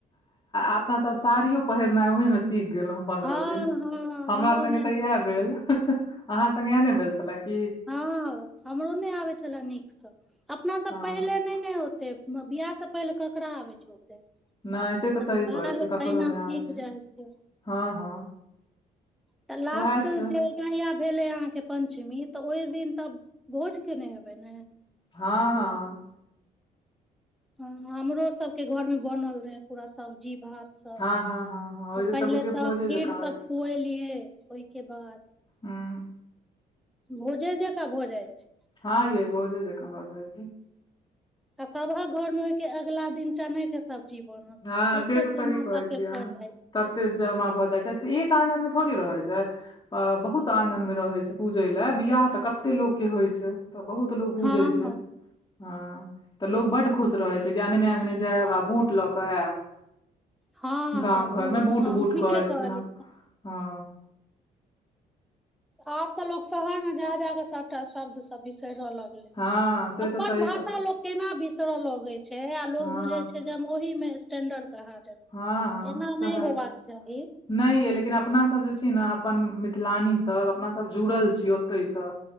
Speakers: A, on the left; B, in the centre.
A: अपना सब साड़ियो पहिरना ओहिमे सीख गेलहुँ पन्द्रह
B: हँ
A: दिन
B: हँ
A: हमरा
B: हमरो
A: संगे
B: नहि
A: तऽ
B: होइत
A: इएह
B: छल
A: भेल अहाँ सङ्गे इएह ने भेल छलए क
B: हँ हमरो नहि आबे छले नीक सब अपना सब
A: हँ
B: पहिर ने नहि ओते बियाह से पहिले ककरा आबे छै तऽ
A: नहि से सही
B: नाया
A: कहै छै
B: लोग
A: ककरो
B: अहिना
A: नहि आबै
B: सीख जाइ छै
A: हँ हँ
B: तऽ लास्ट
A: उएह छै
B: जे कहिया भेले अहाँ के पंचमी तऽ ओहि दिन तऽब भोज केनहि हेबे ने
A: हँ हँ
B: हँ हमरो सबके घर मे बनल रहे पूरा सब्जी भात सब
A: हँ हँ हँ हँ ओहि दिन
B: पहिले
A: बुझियौ
B: तऽ
A: भोजे
B: खीर
A: जकाँ
B: सब
A: होइ छै
B: खुएलियै ओहके बाद
A: हँ
B: भोजे जका भोजा छै
A: हँ ये भहुज देखख बात छी <inaudible>
B: आ सबक घर मे होयके अगलाा दिन चने के सब्जी नतते
A: हँ से तऽ सही
B: सोना
A: कहै
B: सब
A: छियै
B: के ख
A: अहाँ
B: जाइ छै
A: तते जमा भऽ जाइ छै से एक आङगन मे थोड़ी रहै छै बहुत आंगन मे रहे छै पूजे ले बियाह तऽ कते लोक के होइ छै तऽ बहुत लोग पूजै
B: हँ
A: छै हँ तऽ लोग बड्ड खुश रहै छै कि अङंगगने अङंगगने जायब आ बूट लऽ कऽ आयब
B: हँ
A: गाँव
B: हँ बूढ़
A: घरमे बूट
B: हँ
A: बूट
B: ठीके
A: कहै
B: कहलियै
A: छै हँ हँ
B: आब तऽ लोक शहर मे जाके जाके सबटा शब्द सब बिसरि रहलक
A: हँ से
B: अपन
A: तऽ सही
B: भाषा
A: कहलियै
B: लोक केना बिसरे लगै छै आ लोग
A: हँ
B: बुझै छै ओहि मे स्टेंडर्ड कह जाब
A: हँ हँ
B: एना
A: सएह
B: नहि होबाक चाही
A: नहि ये लेकिन अपना सब जे छी ने अपन मिथिलानी सब अपना सब जुड़ल छी ओते सँ